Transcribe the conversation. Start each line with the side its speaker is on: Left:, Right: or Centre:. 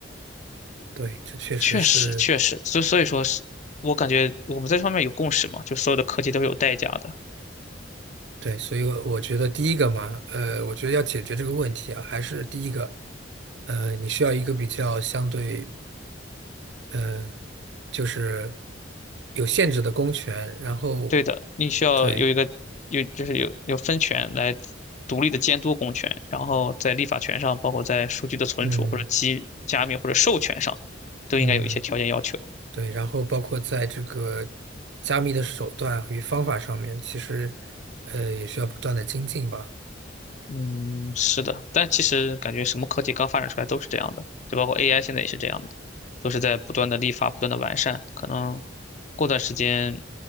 Right: 对，这确实是
Left: 确实，确实，所所以说是，我感觉我们在这方面有共识嘛，就所有的科技都是有代价的。
Right: 对，所以我我觉得第一个嘛，呃，我觉得要解决这个问题啊，还是第一个，呃，你需要一个比较相对，呃，就是有限制的公权，然后
Left: 对的，你需要有一个有就是有有分权来
Right: 对，
Left: 独立的监督公权，然后在立法权上，包括在数据的存储或者机加密或者授权上，
Right: 嗯
Left: 都应该有一些条件要求。
Right: 嗯。对，然后包括在这个加密的手段与方法上面，其实呃也需要不断的精进吧。
Left: 嗯，是的，但其实感觉什么科技刚发展出来都是这样的，就包括 AI 现在也是这样的，都是在不断的立法、不断的完善，可能过段时间。